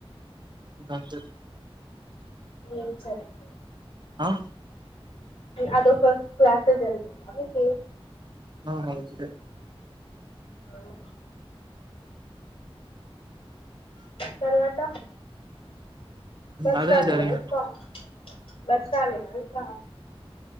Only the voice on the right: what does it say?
దకాంత
ఆ
అవు ఐతే
అదే జరిగింది